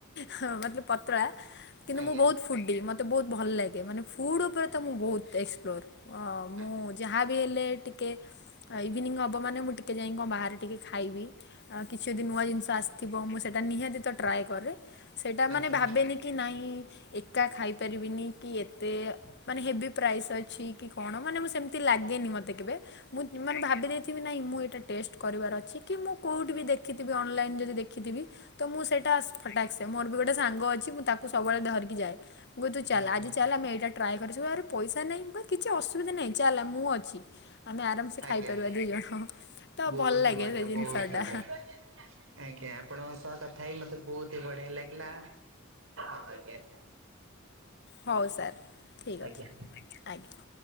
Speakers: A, on the left (about 55°); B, on the right (about 70°).
A: ହଁ ମାନେ ପତଳା। କିନ୍ତୁ
B: ଆଜ୍ଞା
A: ମୁଁ ବୋହୁତ ଫୁଡ଼ି ମତେ ବୋହୁତ ଭଲ ଲାଗେ ମାନେ ଫୁଡ଼୍ ଉପରେ ତ ମୁଁ ବହୁତ ଏକ୍ସପ୍ଲୋର୍। ଅ
B: ଆଜ୍ଞା
A: ମୁଁ
B: ଆଜ୍ଞା
A: ଯାହାବି ହେଲେ ଟିକେ ଆ ଇଭିନିଙ୍ଗ ହବ ମାନେ ମୁଁ ଟିକେ ଯାଇ କଣ ବାହାରେ ଟିକେ ଖାଇବି, ଆଉ କିଛି ଯଦି ନୂଆ ଜିନିଷ ଆସ୍ ଥିବ ମୁଁ ସେଇଟା ନିହାତି ତ ଟ୍ରାଏ କରେ ସେଇଟା
B: ଆଜ୍ଞା
A: ମାନେ ଭାବେନି କି କି ନାଇଁ ଏକା ଖାଇପାରିବିନି କି ଏତେ ମାନେ ହେଭି ପ୍ରାଇସ୍ ଅଛି କି କଣ ମାନେ ମୁଁ ସେମିତି ଲାଗେନି ମତେ କେବେ ମୁଁ ମାନେ ଭାବି ଦେଇଥିବି ନାଇଁ ମୁଁ ଏଇଟା ଟେଷ୍ଟ କରିବାର ଅଛି କି ମୁଁ କୋଉଠି ବି ଦେଖିଥିବି ଅନଲାଇନ ଯଦି ଦେଖିଥିବି ତ ମୁଁ ସେଇଟାସ୍ ଫଟାକ୍ସେ, ମୋର ବି ଗୋଟେ ସାଙ୍ଗ ଅଛି ମୁଁ ତାକୁ ସବୁବେଳେ ଧରିକି ଯାଏ। କୁଏ ତୁ ଚାଲ୍,
B: ଆଜ୍ଞା
A: ଆଜି
B: ଆଜ୍ଞା
A: ଚାଲ୍ ଆମେ ଏଇଟା ଟ୍ରାଏ କରି ଯିବା ଆରେ ପଇସା ନାଇଁ, ମୁଁ କହେ କିଛି ଅସୁବିଧା ନାଇଁ ଚାଲ୍ ମୁଁ ଅଛି ଆମେ ଆରାମ୍ ସେ
B: ଆଜ୍ଞା
A: ଖାଇପାରିବା ଦି ଜଣ ତ
B: ବହୁତ
A: ଭଲ ଲାଗେ
B: ହି ବଢିଆ
A: ସେ ଜିନିଷଟା।
B: ବହୁତ ବଢିଆ। ଆଜ୍ଞା ଆପଣଙ୍କ ସହ କଥା ହେଇ ମତେ ବହୁତ ହି ବଢିଆ ଲାଗିଲା। ଆଜ୍ଞା।
A: ହଉ ସାର୍, ଠିକ୍
B: ଆଜ୍ଞା।
A: ଅଛି। ଆଜ୍ଞା।